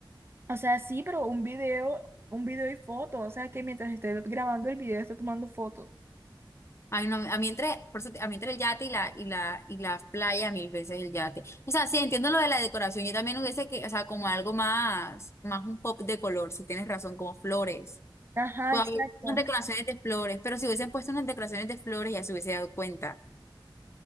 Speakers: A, on the right; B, on the left.
A: O sea, sí, pero un video, un video y foto. O sea, que mientras esté grabando el video, esté tomando fotos.
B: Ay, no, a mí entre, por eso te- a mí entre el yate y la, y la, y la playa, mil veces el yate. O sea, sí, entiendo lo de la decoración. Yo también hubiese que, o sea, como algo más, más un pop de color, si tienes razón, como flores.
A: Ajá,
B: Puede
A: exacto.
B: haber unas decoraciones de flores, pero si hubiesen puesto unas decoraciones de flores ya se hubiese dado cuenta.